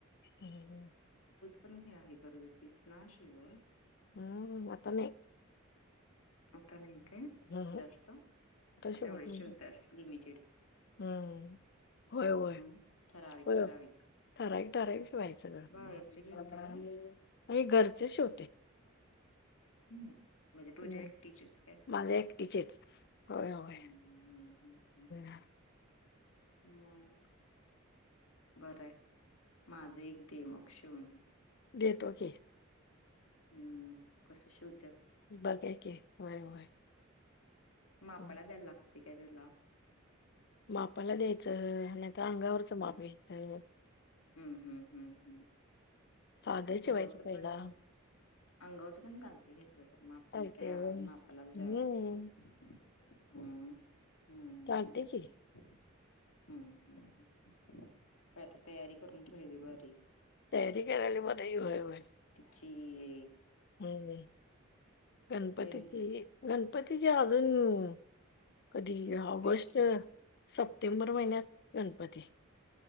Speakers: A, on the left (about 50°); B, on the left (about 75°).
A: हम्म हम्म.
B: पण हे आहे. कलरला शेवाळ
A: हं आता नाही.
B: आता नाही काय?
A: हम्म
B: जास्त. आता
A: शिवत
B: एवढे
A: नाही
B: शिवतेस लिमिटेड.
A: हम्म. होय होय
B: हम्म. ठराविक
A: होय
B: ठराविक.
A: ठराविक ठराविक शिवायच गं
B: बाहेरचे घेत्यास
A: आणि घरचे शिव
B: हम्म. म्हणजे तुझ्या
A: हम्म.
B: एकटीचे का?
A: माझ्या एकटीचेच होय होय
B: हम्म हम्म हम्म.
A: <inaudible>
B: मग? बर आहे. माझं एक दे मग शिवून?
A: देतो की.
B: हम्म. कसं शिव
A: बगा की, होय होय.
B: मापाला
A: हम्म.
B: द्यायला लागते काय त्याला?
A: मापाला द्यायचं आणि तर अंगावरच
B: हम्म
A: माप घ्यायचं.
B: हम्म हम्म हम्म हम्म.
A: साधं
B: अंगावचं
A: शिवायचं पहिला
B: पण अंगाचं पण चालत घेतलं माप
A: चालते
B: काय
A: होय हम्म
B: मापालाच द्याव लागते. हम्म. हम्म.
A: चालते की
B: हम्म. पण आता तयारी करून ठेवलेली बरी.
A: तयारी करायला मदत होय होय.
B: की ये.
A: हम्म. गणपतीची
B: होय नी
A: गणपतीची अजून कधी ऑगस्ट,
B: हाय की
A: सप्टेंबर महिन्यात गणपती.